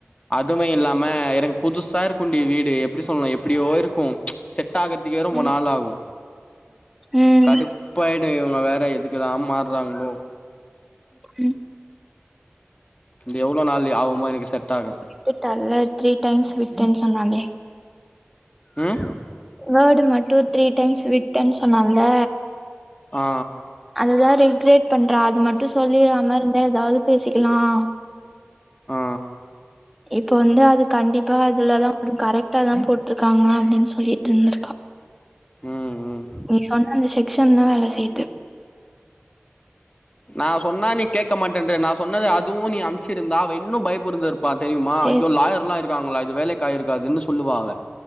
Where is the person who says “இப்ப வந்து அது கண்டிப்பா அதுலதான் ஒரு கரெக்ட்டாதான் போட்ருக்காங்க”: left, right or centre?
Centre